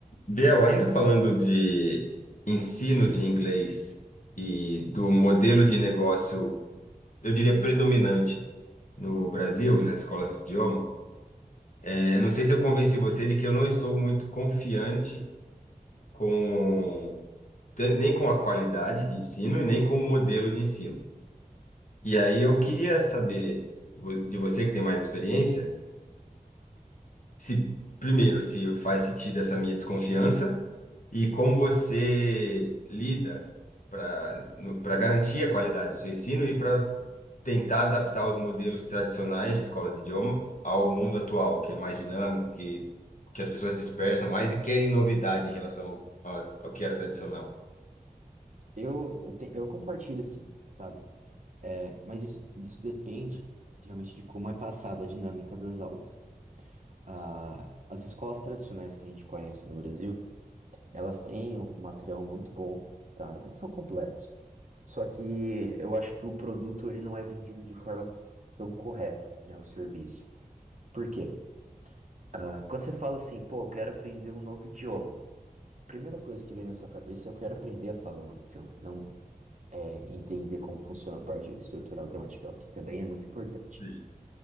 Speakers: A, on the left; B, on the right.
A: Biel, ainda falando de ensino de inglês e do modelo de negócio, eu diria predominante no Brasil e nas escolas de idioma, eh, não sei se eu convenci você de que eu não estou muito confiante com te- nem com a qualidade de ensino, e nem com o modelo de ensino. E aí eu queria saber vo- de você que tem mais experiência, se primeiro se faz sentido essa minha desconfiança E como você lida para para garantir a qualidade do seu ensino e para tentar adaptar os modelos tradicionais de escola de idioma ao mundo atual, que é mais dinâmico, que, que as pessoas dispersam mais e querem novidade em relação ao, ao, ao que era tradicional?
B: Eu, eu, te- eu compartilho assim, sabe? É, mas isso, isso depende realmente de como é passado a dinâmica das aulas. Ah, as escolas tradicionais que a gente conhece no Brasil, elas têm um material muito bom, tá? Eles São completos. Só que eu acho que o produto ele não é vendido de forma tão correta, né? O serviço. Por quê? Ah, quando você fala assim, pô, eu quero aprender um novo idioma. A primeira coisa que vem na sua cabeça é eu quero aprender a falar um novo idioma. Não é, entender como funciona a parte estrutural gramatical, que também é muito importante.
A: Sim,